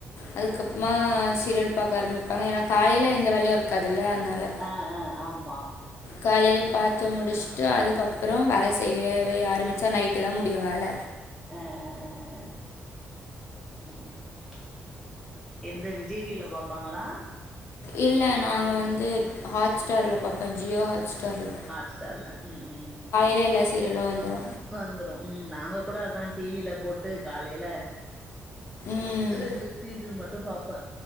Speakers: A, on the left; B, in the centre.
A: அதுக்கப்புமா சீரியல் பாக்க ஆரம்பிப்பாங்க ஏன்னா காலயில எந்த வேலையூ இருக் காது இல்ல அத்னால
B: ஆ ஆ ஆ ஆமா
A: காலயிலே பாத் த்து முடிஸ்சுட்டு அதுக்கப்புறோ வேல செய்யவ்வே ஆரம்பிச்சா நைட்டு தா முடியும் வேல
B: அ ஆ ஆ ஆ ம் எந்த விஜய் டி வில பாப்பாங்களா
A: இல்ல நாங்க வந்து ஹாட்ஸ்டார்ல்ல பாப்போம் ஜியோ ஹாட் ஸ்டார்ல
B: ஹாட்ஸ்டார்ல்ல ம் ம் ம்
A: அதுலே எல்லா சீரியலூ வந்துரூ
B: வந்துரூம் நாங்க கூட அதா டி வில போட்டு காலய்யில
A: ம்
B: திரூன்ற சீரியல் மட்டூ பாப்பே